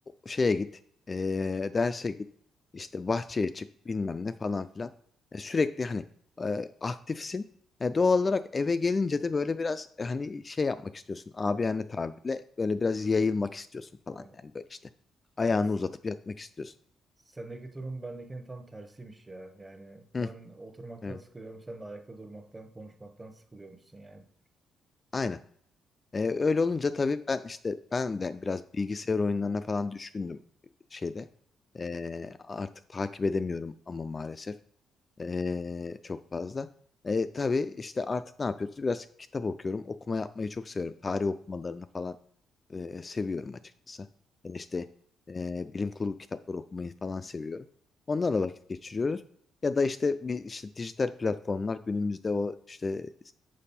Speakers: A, on the left; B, on the right.
A: şeye git e, derse git işte bahçeye çık bilmem ne falan filan. E, sürekli hani e, aktifsin. E, doğal olarak eve gelince de böyle biraz e, hani şey yapmak istiyorsun. Abiyane tabirle böyle biraz yayılmak istiyorsun falan
B: aynen.
A: yani böyle işte. Ayağını
B: Yani s-
A: uzatıp yatmak istiyorsun.
B: sendeki durum bendekinin tam tersiymiş ya. Yani
A: Hı,
B: ben oturmaktan
A: evet.
B: sıkılıyorum, sen de ayakta durmaktan, konuşmaktan sıkılıyormuşsun yani.
A: Aynen. E, öyle olunca tabii ben işte ben de biraz bilgisayar oyunlarına falan düşkündüm şeyde. E, artık takip edemiyorum ama maalesef. Ee, çok fazla. Ee, tabii işte artık ne yapıyoruz? Biraz kitap okuyorum. Okuma yapmayı çok seviyorum. Tarih okumalarını falan e, seviyorum açıkçası. Yani işte e, bilim kurgu kitapları okumayı falan seviyorum. Onlarla vakit geçiriyoruz. Ya da işte bir işte dijital platformlar günümüzde o işte